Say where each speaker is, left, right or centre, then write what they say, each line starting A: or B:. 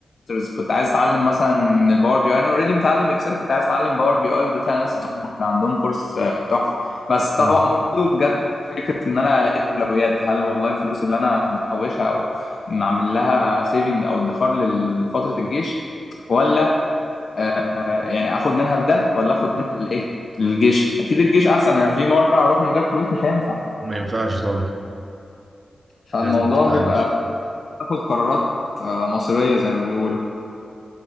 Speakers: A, on the left; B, on the right.
A: Masters، كنت عايز اتعلم مثلا باور بي اي انا اوريدي متعلم اكسل كنت عايز اتعلم باور بي اي وداتا اناليسيس عموما كان عندهم كورس آه، تحفه بس طبعا
B: أمم.
A: برضه بجد فكره ان انا الاقي اولويات هل والله الفلوس اللي انا محوشها او معمل لها سيفنج او ادخار لفتره الجيش ولا آه يعني اخد منها لده ولا اخد منها للايه للجيش اكيد الجيش احسن انا في مره هروح من غير فلوس مش هينفع
B: ما ينفعش طبعا
A: فالموضوع
B: لازم تتعايش
A: بيبقى باخد قرارات آه مصيريه زي ما بيقولوا